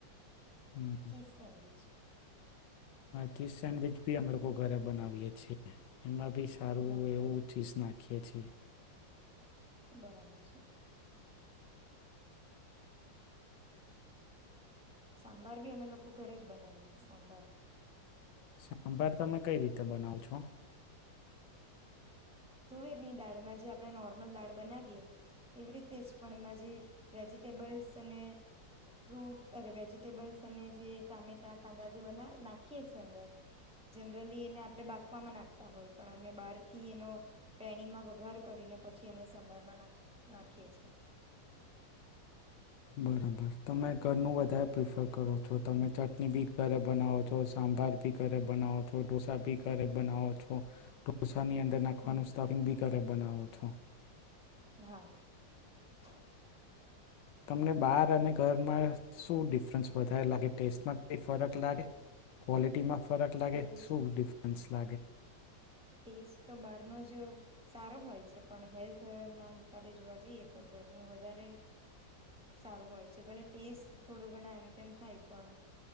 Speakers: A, on the left (about 80°); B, in the centre.
A: હમ.
B: Cheese sandwich.
A: ચીજ સેન્ડવીચ ભી અમે લોકો ઘરે બનાવીએ છીએ. એમાં બી સારું
B: બરાબર
A: એવું
B: છે
A: ચીઝ ના ખઇએ છીએ.
B: બરાબર છે. સાંભાર બી અમે લોકો ઘરે જ બનાવી છે સાંભાર.
A: સાંભાર તમે કઈ રીતે બનાવ છો.
B: તુવેરની દાળમાં જે આપણે નોર્મલ દાળ બનાવીએ એવી રીતે જ પણ એમાં જે વેજીિટેબલ્સ અને ફ્રૂટરે વેજીિટેબલ્સ અને જે ટામેટા કાંદા જે બ નાખીએ છે અંદર જનરલી એને આપણે બાફવામાં નાખતા હોય પણ અમે બહાર થી એનો. પેણીમાં વઘાર કરીને પછી એને સંભારમાં ના નાખીએ છે.
A: બરાબર તમે ઘરનું વધારે પ્રિફર કરો છો તમે ચટણી ભી ઘરે બનાવો છો સાંભાર ભી ઘરે બનાવો છો ઢોસા ભી ઘરે બનાવો છો. ઢોસાની અંદર નાખવાનું
B: હમ
A: સ્ટાફિંગ બી કરે. બનાવો છો.
B: હા.
A: તમને બાર અને ઘરમાં શું ડિફરન્સ વધારે લાગે ટેસ્ટમાં કઈ ફરક લાગે ક્વોલિટીમાં. ફરક લાગે
B: ટેસ્ટ
A: શુ ડિફરન્સ <inaudible>
B: ટેસ્ટ તો બહારનો જ સારો હોય છે પણ હેલ્થ ના હિસાબે જોવા જઈએ તો ઘરનું વધારે સારું હોય છે ભલે ટેસ્ટ થોડો ઘણા એમ તેમ થાય પણ